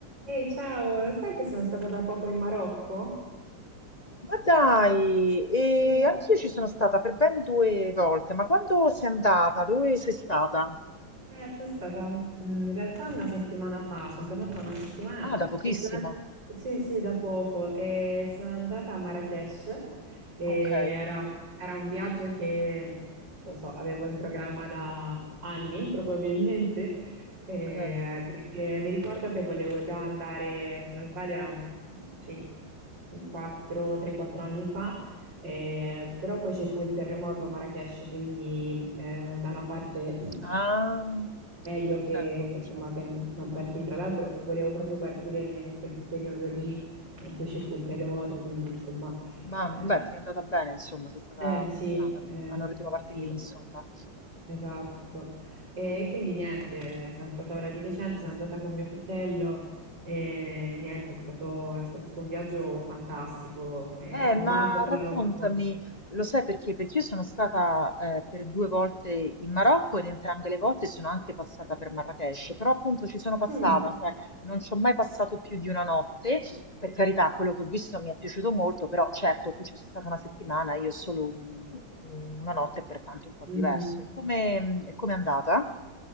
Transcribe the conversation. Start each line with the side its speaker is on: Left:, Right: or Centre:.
Right: Ehi, ciao, lo sai che sono stata da poco in Marocco?
Left: Ma dai, e
Right: Sì.
Left: anch'io ci sono stata per ben due volte, ma quando sei andata? Dove sei stata?
Right: Eh, sono stata mm, in realtà una settimana fa, sono tornata da una settimana
Left: Ah, da pochissimo.
Right: e sono and- sì, sì, da poco e sono andata a Marrakech e
Left: Ok,
Right: era, era un viaggio che, non lo so, avevo in programma da anni <laughs> probabilmente eh,
Left: ok.
Right: perché mi ricordo che volevo già andare, se non sbaglio era mm, sì, 4, 3-4 anni fa Eh, però poi ci fu il terremoto a Marrakech, quindi eh, da una parte mh,
Left: Ah,
Right: meglio che,
Left: certo,
Right: che, insomma,
Left: certo.
Right: che non partì. Tra l'altro volevo proprio partire ne- in quel periodo lì eh, in cui ci fu il terremoto, quindi insomma,
Left: Ma
Right: eh,
Left: beh, ti è andata bene, insomma, sei stata
Right: eh, sì,
Left: fortunata a
Right: eh,
Left: non a non ritrovarti
Right: sì,
Left: lì, insomma.
Right: esatto. E quindi niente, sono stata ora di recente, sono andata con mio fratello e niente, è stato, è stato un viaggio fantastico, eh,
Left: Eh,
Right: ho
Left: ma
Right: amato il
Left: raccontami,
Right: Marocco.
Left: lo sai perché? Perché io sono stata eh, per due volte in Marocco ed entrambe le volte sono anche passata per Marrakech, però appunto ci sono passata,
Right: Mm.
Left: cioè non ci ho mai passato più di una notte, per carità, quello che ho visto mi è piaciuto molto, però certo tu ci sei stata una settimana, io solo un- una notte, pertanto un po'
Right: Mhm.
Left: diverso. E come, e come è andata?